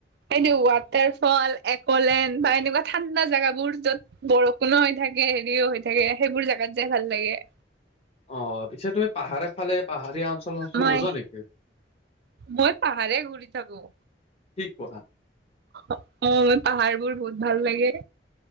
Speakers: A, on the right (about 65°); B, on the left (about 35°).
A: সেইটো ওৱাটাৰ ফল, একলেণ্ড বা এনেকুৱা ঠাণ্ডা জেগাবোৰ য'ত- বৰষুণো হৈ থাকে, হেৰিও হৈ থাকে সেইবোৰ জাগাত যাই ভাল লাগে।
B: অঁ, পিছে তুমি পাহাৰ ফালে, পাহাৰীয়া অঞ্চল- চঞ্চল
A: মই
B: নোযোৱা নেকি?
A: মই পাহাৰে ঘূৰি থাকো।
B: কি কোৱা
A: অঁ, মানে পাহাৰ বোৰ বহুত ভাল লাগে।